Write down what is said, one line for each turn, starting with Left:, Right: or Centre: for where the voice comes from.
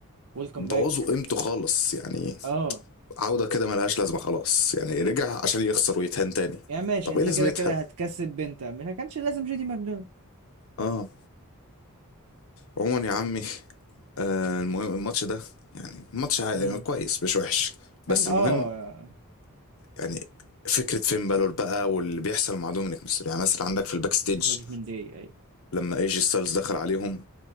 Right: ويلكم
Left: بوظوا
Right: باك
Left: قيمته خالص يعني
Right: اه
Left: عودة كده ملهاش لازمة خلاص يعني رجع عشان يخسر ويتهان تاني
Right: يعني ماشي
Left: طب
Right: انت
Left: ايه لازمتها
Right: كده كده هتكسب بنتا مش ما كانش لازم جيدي ماكدونالد
Left: اه عموما يا عمي آه المهم الماتش ده يعني الماتش عادي
Right: امم
Left: يعني كويس مش وحش بس
Right: كان
Left: المهم
Right: اه
Left: يعني فكرة فين بالور بقى واللي بيحصل مع دومينيك ميستيريو يعني مثلا عندك في الباك ستيج
Right: جادجمنت داي اي
Left: لما ايجي ستايلز دخل عليهم